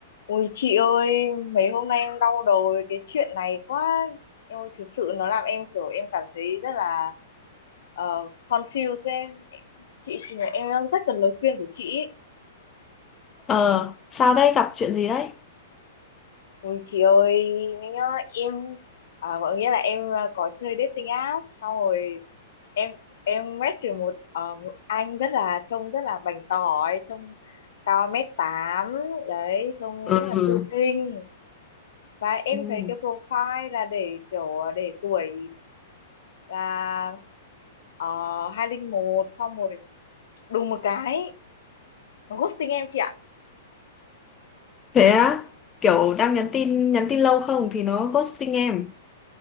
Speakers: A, on the left (about 70°); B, on the left (about 20°).
A: Ôi chị ơi, mấy hôm nay em đau đầu với cái chuyện này quá. Em ơi, thực sự nó làm em kiểu em cảm thấy rất là ờ, confused ấy. Chị thì là em đang rất cần lời khuyên của chị. ý.
B: Ờ, sao đấy, gặp chuyện gì đấy?
A: Ôi chị ơi, nhá, em à có nghĩa là em ờ, có chơi dating app xong rồi em em match được một ờ, một anh rất là trông rất là bảnh tỏi, trông cao mét tám đấy, trông
B: Ừ.
A: rất là thư sinh và em
B: Ừ.
A: thấy cái profile là để kiểu để tuổi là uh, hai linh một xong rồi đùng một cái nó ghosting em chị ạ
B: Thế á, kiểu đang nhắn tin, nhắn tin lâu không thì nó ghosting em.